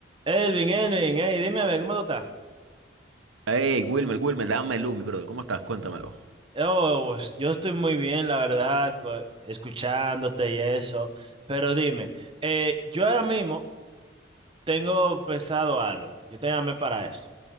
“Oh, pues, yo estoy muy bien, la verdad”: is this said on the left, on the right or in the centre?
Right